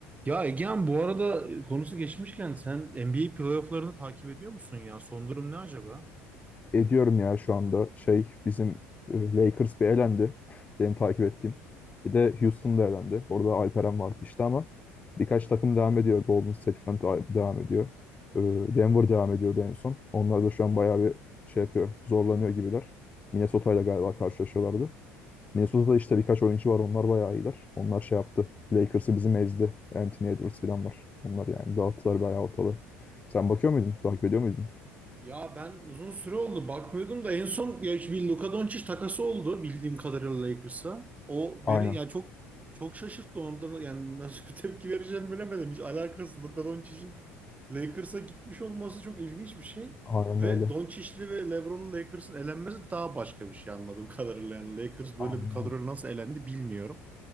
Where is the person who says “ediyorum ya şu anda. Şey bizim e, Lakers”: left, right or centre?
Left